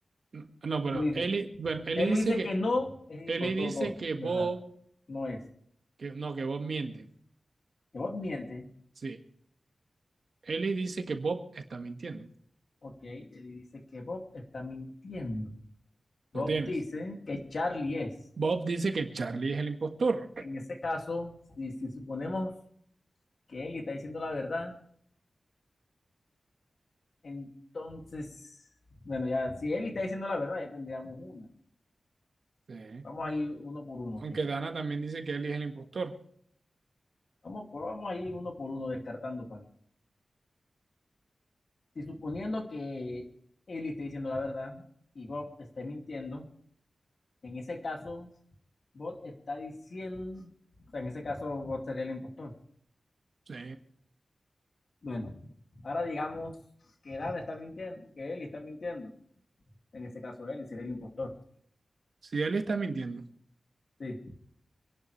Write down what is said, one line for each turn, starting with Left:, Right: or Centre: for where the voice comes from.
Right: No, no, pero
Left: Dice,
Right: Ellie, bueno, Ellie
Left: él
Right: dice
Left: dice
Right: que
Left: que no es el
Right: Ellie
Left: impostor
Right: dice
Left: Bob,
Right: que Bob,
Left: ¿verdad? No es.
Right: que no, que Bob miente.
Left: Que Bob miente.
Right: Sí. Ellie dice que Bob está mintiendo.
Left: Ok, él dice que Bob está mintiendo. Bob
Right: Lo tienes.
Left: dice que Charlie es.
Right: Bob dice que Charlie es el impostor.
Left: En ese caso, si, si suponemos que Ellie está diciendo la verdad, entonces, bueno, ya, si Ellie está diciendo la verdad, ya tendríamos una.
Right: Sí.
Left: Vamos a ir uno por uno,
Right: Aunque
Left: ok.
Right: Dana también dice que Ellie es el impostor.
Left: Vamos, vamos a ir uno por uno descartando para si suponiendo que Ellie esté diciendo la verdad y Bob esté mintiendo, en ese caso, Bob está diciendo, o sea, en ese caso, Bob sería el impostor.
Right: Sí.
Left: Bueno, ahora digamos que Dan está mintiendo, que Ellie está mintiendo. En ese caso, Ellie sería el impostor.
Right: Sí, Ellie está mintiendo.
Left: Sí,